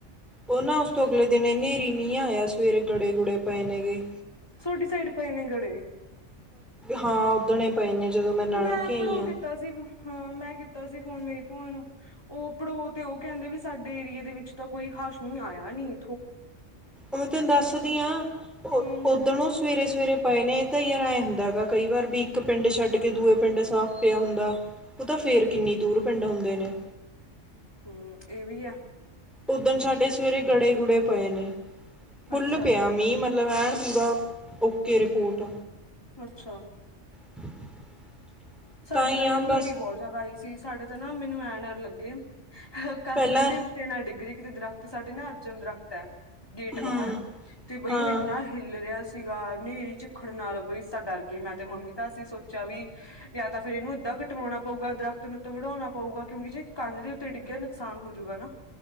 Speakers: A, in the centre; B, on the left (about 20°).
A: ਉਹਨਾਂ। ਨਾ ਉਸ ਤੋਂ ਅਗਲੇ ਦਿਨ ਹਨੇਰੀ ਮੀਂਹ ਆਇਆ ਸਵੇਰੇ ਗੜੇ ਗੁੜੇ ਪਏ ਨੇ ਗੇ।
B: ਸੋਡੀ ਸਾਈਡ ਪਏ ਨੇ ਗੜੇ।
A: ਹਾਂ ਉਦਣੇ ਪਏ ਨੇ ਜਦੋਂ ਨਾਨਕੇ
B: ਮੈਂ ਪੜੋ
A: ਆਈ ਹਾਂ
B: ਕੀਤਾ ਸੀ ਹਾਂ ਮੈਂ ਕੀਤਾ ਤਾਂ ਸੀ ਫੋਨ ਮੇਰੀ ਭੂਆ ਨੂੰ ਉਹ ਪੜ੍ਹੋ ਤੇ ਉਹ ਕਹਿੰਦੇ ਵੀ ਸਾਡੇ ਏਰੀਏ ਦੇ ਵਿੱਚ ਤਾਂ ਕੋਈ ਖਾਸ਼ਮੀਹ ਆਇਆ ਨਹੀ
A: ਮੈਂ ਤੈਨੂੰ ਦੱਸਦੀ ਹ
B: ਹੂੰ
A: ਉੱਧਣੋਂ ਸਵੇਰੇ ਸਵੇਰੇ ਪਏ ਨੇ ਇਹ ਤਾਂ ਯਾਰਏ ਹੁੰਦਾ ਹੈ ਗਗਾ ਕਈ ਵਾਰ ਵੀ ਇੱਕ ਪਿੰਡ ਛੱਡ ਕੇ ਦੂਏ ਪਿੰਡ ਸਾਫ਼ ਪਿਆ ਹੁੰਦਾ ਉਹ ਤਾਂ ਫੇਰ ਕਿੰਨੀ ਦੂਰ ਪਿੰਡ ਹੁੰਦੇ ਹੁੰਦੇ ਨੇ
B: ਹੂ ਇਹ ਵੀ ਆ
A: ਉੱਦਣ ਸਾਡੇ ਸਵੇਰੇ ਗੜੇ ਰੁੜੇ ਪਏ ਨੇ ਫੁੱਲ
B: ਅੱਛਾ
A: ਪਿਆ ਮੀਂਹ ਮ ਲਵੈਣ ਪੁਰਾ ਓਕੇ ਰਿਪੋਰਟ
B: ਅੱਛਾ-
A: <inaudible>
B: ਸਾਡੇ
A: ਤਾਂ ਹੀ
B: ਤੋਂ ਯਾਰ
A: ਆ
B: ਹਨੀਰੀ
A: ਬਸ
B: ਬਹੁਤ ਜ਼ਿਆਦਾ ਆਈ ਸੀ। ਸਾਡੇ ਤਾਂ ਨਾ ਮੈਨੂੰ ਐਂ ਡਰ ਲੱਗੇ ਕੰਧ
A: ਪਹਿਲਾਂ
B: ਦੇ ਉੱਤੇ ਨਾ ਡਿਗਰੀ ਕਿਤੇ ਦਰਖਤ ਸਾਡੇ ਨਾ ਅਰਜਨ ਦਰੱਖਤ ਤਾਂ- ਗੇਟ ਬਾਹਰ
A: ਹਮ
B: ਤੇ ਬਈ
A: ਹਾਂ
B: ਉਹ ਇੰਨਾ ਹੀਲ ਰਿਹਾ ਸੀ। ਸੀਗਾ ਹਨੇਰੀ ਚਝਿੱੱਖੜ ਨਾਲ ਭਈ ਇਸ ਤਾਂ ਡਰ ਗਈ ਮੈਂ ਤੇ ਮੰਮੀ ਤਾਂ ਅਸੀ ਸੋਚ ਚਵੀ- ਤਾਂ ਫੇ ਇਹਨੂੰ ਇਦਾਂ ਕਟਵਾਉਣਾ ਪਊਗਾ ਉੱਧਰ ਤੂੰ ਵੜਾਣਾ ਪਊਗਾ ਕਿਉ ਜੇ ਕੰਧ ਦੇ ਉੱਤੇ ਡਿੱਗਿਆ ਨੁਕਸਾਨ ਹੋਜੂਗਾ ਨਾ